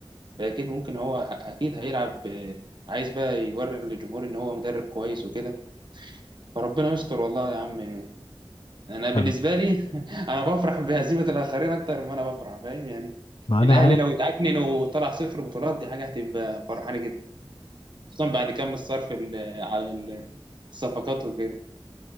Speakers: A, on the right (about 55°); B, on the left (about 70°).
A: فأكيد ممكن هو أكيد هيلعب آه، عايز بقى يوري للجمهور إن هو مدرب كويس وكده فربنا يستر والله يا عم أنا بالنسبة
B: لا، لا،
A: لي <laughs> أنا بفرح بهزيمة الآخرين أكتر ما أنا بفرح فاهم يعني
B: ما انا
A: الأهلي
B: عارف
A: لو اتعكنن وطلع صفر بطولات دي حاجة هتبقى فرحانة جدا خصوصا بعد كم الصرف ال- على ال- الصفقات وكده